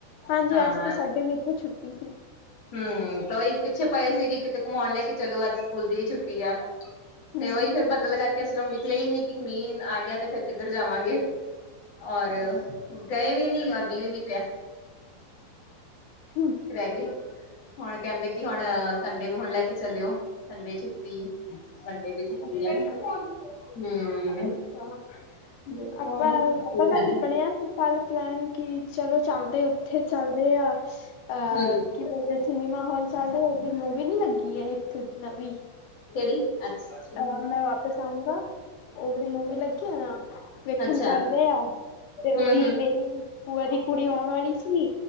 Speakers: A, on the left; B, on the left.
A: ਹਾਂਜੀ
B: ਹਾਂ
A: ਅੱਜ ਤਾਂ ਸਾਡੇ ਵੀ ਇੱਥੇ ਛੁੱਟੀ ਸੀ
B: ਹਮ ਤਾਂਹੀ ਪਿੱਛੇ ਪਏ ਸੀ ਕਿ ਕਿਤੇ ਘੁਮਾਉਣ ਲੈ ਕੇ ਚਲੋ ਅੱਜ ਸਕੂਲ ਦੀ ਵੀ ਛੁੱਟੀ ਆ
A: ਹੂੰ
B: ਤੇ ਉਹੀ ਫੇਿਰ ਬਦਲ ਕਰਕੇ ਲਗੀ ਕਿ ਲਈ ਨੀ ਕਿ ਕਮੀਨ ਆ ਗਿਆ ਤੇ ਫੇਰ ਕਿੱਧਰ ਜਾਵਾਂਗੇ ਔਰ
A: ਹਾਂ
B: ਗਏ ਵੀ ਨੀ ਔਰ ਮੀਹ ਵੀ ਨੀ ਪਿਆ
A: ਹ
B: ਰਹਿ ਗਏ ਹੁਣ ਕਹਿੰਦੇ ਕਿ ਹੁਣ ਸੰਡੇ ਨੂੰ ਹੁਣ ਲੈ ਕੇ ਚਲੇਿਓ ਸੰਡੇ ਛੁੱਟੀ ਸੰਡੇ ਦੀ ਛੁੱਟੀ
A: ਅੱਛਾ
B: ਅ ਹਮ
A: ਅੱਛਾ
B: ਦੇਖੋ
A: ਆਪਾਂ
B: ਹੁਣ ਕੀ
A: ਆਪਾਂ ਤਾਂ
B: ਕਰਦੇ
A: ਬਣਿਆ ਸੀ ਕੱਲ ਪਲੈਨ ਕਿ ਚਲੋ ਚੱਲਦੇ ਉੱਥੇ ਚੱਲਦੇ ਆ ਹ ਅਹ
B: ਹਮ
A: ਕੀ ਬੋਲਦੇ ਸਿਨੇਮਾ ਹਾਲ ਚੱਲਦੇ ਉਥੇ ਮੂਵੀ ਲੱਗੀ ਹੈ ਇੱਕ ਨੋਵੀਂ
B: ਕਿਹੜੀ ਅੱਛਾ
A: ਟੋਰ ਨਾਲ ਵਾਪਿਸ ਆਊਂਗਾ ਉਹ ਬੜੀ ਮੂਵੀ ਲੱਗੀ ਆ ਨਾ ਵੇਖਣ
B: ਅੱਛਾ
A: ਚੱਲਦੇ ਆ ਤੇ ਉਹੀ
B: ਹਮ ਹਮ
A: ਮੇਰੀ ਭੁਆ ਦੀ ਕੁੜੀ ਆਉਣ ਵਾਲੀ ਸੀ